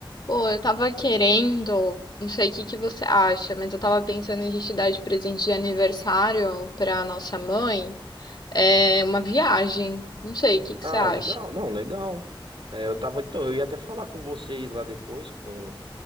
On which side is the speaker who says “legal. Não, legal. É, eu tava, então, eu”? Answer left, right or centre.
Right